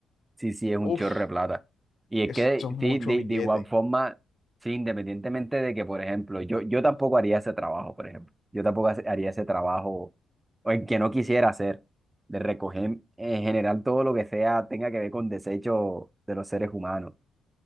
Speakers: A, on the right; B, on the left.
A: Sí, sí, es un
B: Uf,
A: chorro de plata. Y es
B: eso
A: que,
B: es mucho
A: sí, de,
B: billete.
A: de igual forma, sí, independientemente de que, por ejemplo, yo, yo tampoco haría ese trabajo, por ejemplo. Yo tampoco hace- haría ese trabajo, o en que no quisiera hacer, de recoger en general todo lo que sea, tenga que ver con desechos de los seres humanos.